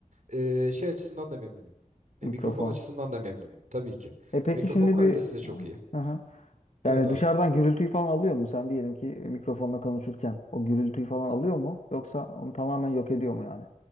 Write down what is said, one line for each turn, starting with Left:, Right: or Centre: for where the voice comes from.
Right: e, şey açısından da memnunum. E,
Left: Mikrofon.
Right: mikrofon açısından da memnunum tabii ki.
Left: E peki
Right: Mikrofon
Left: şimdi
Right: kalitesi
Left: bir
Right: de çok iyi.
Left: aha. Yani
Right: Evet abi.
Left: dışarıdan gürültüyü falan alıyor mu? Sen diyelim ki mikrofonla konuşurken o gürültüyü falan alıyor mu? Yoksa onu tamamen yok ediyor mu yani?